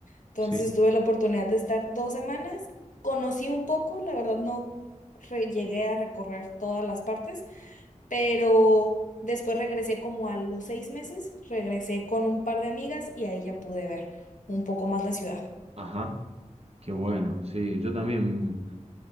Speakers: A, on the left (about 70°); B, on the right (about 50°).
A: Entonces
B: sí.
A: tuve la oportunidad de estar dos semanas, conocí un poco, la verdad no re- llegué a recorrer todas las partes, pero después regresé como a los seis meses, regresé con un par de amigas y ahí ya pude ver un poco más la ciudad.
B: Ajá. Qué bueno. Sí, yo también